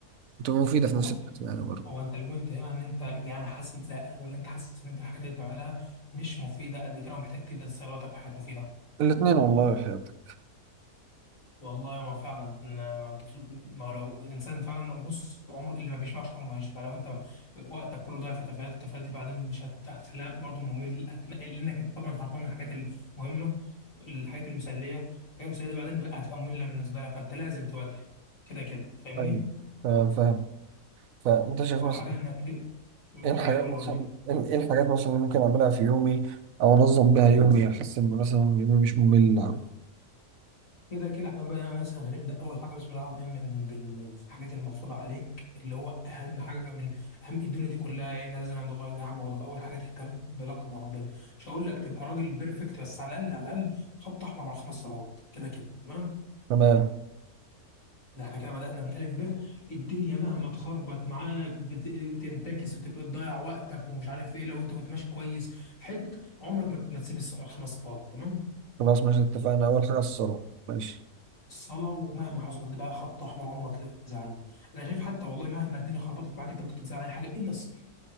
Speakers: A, on the right; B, on the left.
A: وتبقى مفيده في نفس
B: هو انت
A: الوقت يعني برضه
B: هو انت البوينت هنا ان انت يعني حاسس انت زهقان ولا انت حاسس ان انت الحاجات اللي بتعملها مش مفيده قد كده ومحتاج تبدا تستغل وقتك في حاجات مفيده
A: الاثنين والله يا حياتك
B: والله ما فعلا ما انت طول- ما لو الانسان فعلا بص عمر اللي ما بيشبعش عمره ما يشبع لو انت وقتك كله ضايع في تفاهات التفاهات دي بعدين مش هت- هتخليها برضه ممل هت- لانك انت طبعا هربان من الحاجات المهمه للحاجات المسليه الحاجات المسليه دي بعدين بقى هتبقى ممله بالنسبه لك فانت لازم تواجه كده كده فاهمني
A: ايوه تمام فاهم فانت شايف
B: اول
A: مثلا
B: حاجه انك تب- بتقول
A: ايه الحاجات
B: ايه قول
A: مثلا
B: لي قول لي
A: ايه إيه الحاجات مثلا اللي ممكن اعملها في يومي او انظم بيها يومي احس ان مثلا يومي مش ممل أوي
B: كده كده احنا بقى مثلا هنبدا اول حاجه بسم الله الرحمن الرحيم من بالحاجات المفروضه عليك اللي هو اهم حاجه من اهم الدنيا دي كلها ايه لازم عند الله الجناح بعوضه فاول حاجه تهتم بعلاقتك مع ربنا مش هقول لك تبقى راجل بيرفكت بس على الاقل على الاقل خط احمر على الخمس صلوات كده كده تمام
A: تمام
B: ده احنا كده بدانا من الف ب الدنيا مهما تخربط معاك بت- بتنتكس وتبقى تضيع وقتك ومش عارف ايه لو انت كنت ماشي كويس حت عمرك ما ما تسيب الص- الخمس صفات تمام
A: خلاص ماشي اتفقنا اول حاجه الصلاه ماشي
B: الصلاة ومهما حصل بقى خط أحمر عمرك تنزع عنه أنا شايف حتى والله مهما الدنيا خربطت معاك أنت ممكن تنزع عن أي حاجة إلا الصلاة